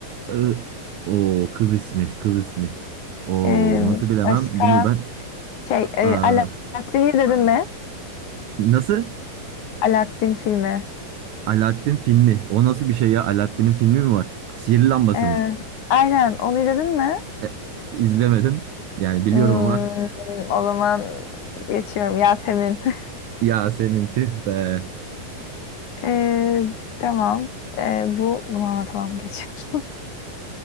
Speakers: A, on the right; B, on the left.
A: Ih, o kız ismi, kız ismi. O
B: Ee,
A: nasıl bilemem
B: başka
A: bunu ben.
B: şey,
A: A-
B: e,
A: a-
B: Aladdin'i izledin mi?
A: nasıl?
B: Aladdin filmi.
A: Alaaddin filmi. O nasıl bir şey ya? Alaaddin'in filmi mi var? Sihirli lambası
B: Ee,
A: mı?
B: aynen, onu izledin mi?
A: E, izlemedim. Yani biliyorum
B: Hmm,
A: ama.
B: o zaman geçiyorum. Yasemin. <laughs>
A: Yasemin tüh be.
B: Ee, tamam. Ee, bu bunu anlatamam geçiyorum.